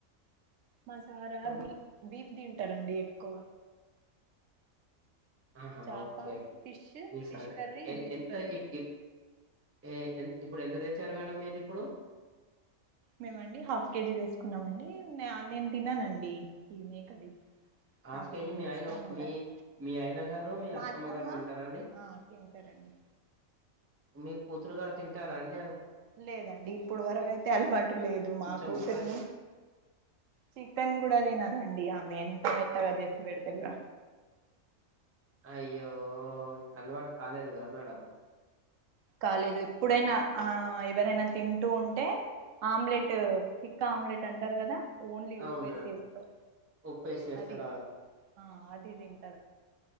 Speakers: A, on the right; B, on the right.
A: మసారా
B: తర్మ
A: బీఫ్ బీఫ్ తింటరండి ఎక్కువ
B: ఆహా
A: చాపా
B: ఓకే
A: ఫిష్
B: ఈసారి
A: ఫిష్ కర్రీ
B: ఎ
A: బీఫ్
B: ఎంత
A: కర్రీ
B: ఇప్ ఇప్ ఏ ఎ ఇప్పుడు ఎంత తెచ్చారు మేడం మీరు ఇప్పుడు
A: మేమండి హాఫ్ కేజీ తీసుకున్నామండి నేను తిననండి ఈ మేకది
B: హాఫ్
A: నాకు
B: కేజీ మీ ఆయన
A: ఇష్టం
B: ఒ
A: ఉండదు
B: మీ మీ ఆయన గారు మీ
A: మా అత్తమ్మ
B: గారు తింటారా అండి
A: ఆ తింటరు అండి
B: మీ కూతురు గారు తింటారా అండి
A: లేదండి ఇప్పుడు వరకయితే అలవాటు లేదు
B: కొంచెము
A: మా కూతురిని చికెన్ కూడా తినదండి ఆమె ఎంత మెత్తగా చేసిపెడితే కూడా
B: అయ్యో ఇంక అలవాటు కాలేదు కద మేడం
A: కాలేదు ఎప్పుడైనా ఆ ఎవరైనా తింటూ ఉంటే ఆమ్లెట్ థిక్ ఆమ్లెట్ అంటారు కదా ఓన్లీ
B: అవును
A: ఉప్పేసి
B: మేడం
A: వేస్తారు
B: ఉప్పు వేసి చేస్తరా
A: అది ఆ అది తింట